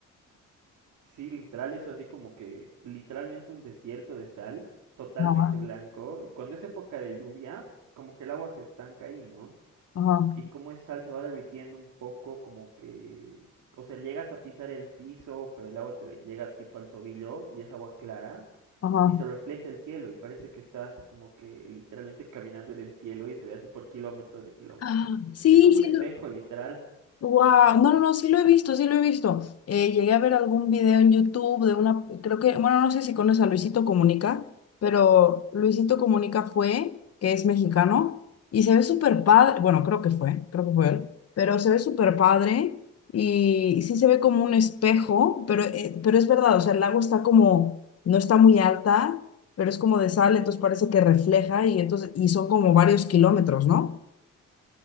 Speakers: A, on the right; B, on the left.
A: Sí, literal, eso así como que literalmente un desierto de sal, totalmente
B: Ajá,
A: blanco, y cuando es época de lluvia, como que el agua se estanca ahí, ¿no?
B: ajá,
A: y cómo ese sal se va derritiendo un poco, como que, o sea, llegas a pisar el piso, pero el agua te llega tipo al tobillo y es agua clara
B: ajá.
A: y se refleja el cielo y parece que estás como que literalmente caminando en el cielo y se ve así por kilómetros de kilómetros.
B: Ah, Sí,
A: Es como
B: sí,
A: un espejo, literal.
B: Wow, no, no, no, sí lo he visto, sí lo he visto. Eh, llegué a ver algún video en YouTube de una, creo que, bueno, no sé si conoces a Luisito Comunica, pero Luisito Comunica fue, que es mexicano, y se ve súper padre, bueno, creo que fue, creo que fue él, pero se ve súper padre y, sí se ve como un espejo, pero, eh, pero es verdad, o sea, el lago está como, no está muy alta, pero es como de sal, entonces parece que refleja y entonces, y son como varios kilómetros, ¿no?